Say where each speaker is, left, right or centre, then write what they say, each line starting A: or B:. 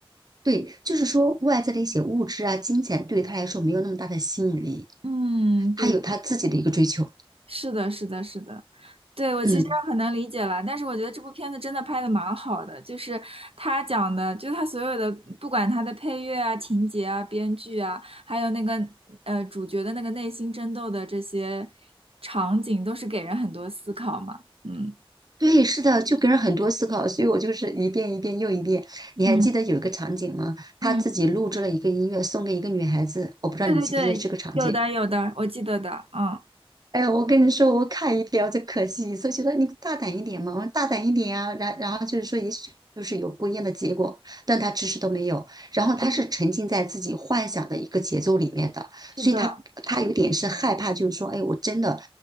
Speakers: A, on the right; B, on the right.
A: 对，就是说外在的一些物质啊、金钱对于他来说没有那么大的吸引力，
B: 嗯，对的，
A: 他有他自己的一个追求。
B: 是的，是的，是的，对，我其实很能理解了，
A: 嗯。
B: 但是我觉得这部片子真的拍的蛮好的，就是他讲的，就是他所有的，不管他的配乐啊、情节啊、编剧啊，还有那个呃主角的那个内心争斗的这些场景，都是给人很多思考嘛。嗯
A: 对，是的，就给人很多思考，所以我就是一遍一遍又一遍。你还记得有一个场景吗？
B: 嗯
A: 他自己录制了一个音乐，
B: 嗯，
A: 送给一个女孩子，我不知道你记不记得这个场景。
B: 对对对，有的有的，我记得的，嗯，
A: 哎呀，我跟你说，我看一遍我就可惜所以觉得你大胆一点嘛，我说大胆一点啊。然然后就是说，也许就是有不一样的结果，但他迟迟都没有。然后他是沉浸在自己幻想的一个节奏里面的，
B: 是的。
A: 所以他他有点是害怕，就是说，哎，我真的